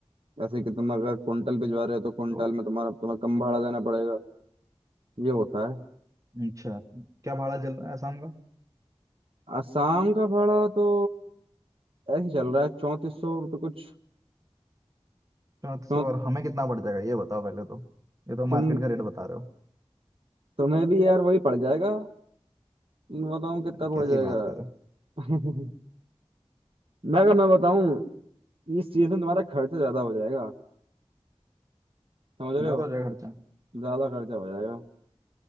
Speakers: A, on the right (about 60°); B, on the right (about 30°).
A: जैसे कि तुम अगर कुंटल भिजवा रहे हो तो कुंटल
B: तो
A: में तुम्हारा तुम्हें कम भाड़ा देना पड़ेगा ये होता है
B: अच्छा क्या भाड़ा चल रहा है शाम का
A: आसाम का भाड़ा तो ऐसे ही चल रहा है चौंतीस सौ रुपये कुछ
B: चौंतीस
A: चौ-
B: सौ और हमें कितना बढ़ जाएगा ये बताओ पहले तो ये तो
A: तुम
B: मार्केट का रेट बता रहे हो
A: तुम्हें भी यार वही पड़ जाएगा मैं बताऊं कितना
B: अरे
A: पड़
B: कैसी
A: जाएगा
B: बात करो
A: <laughs> मैं अगर मैं बताऊं इस चीज में तुम्हारा खर्चा ज्यादा हो जाएगा समझ रहे
B: ज्यादा
A: हो
B: हो जाएगा खर्चा
A: ज्यादा खर्चा हो जाएगा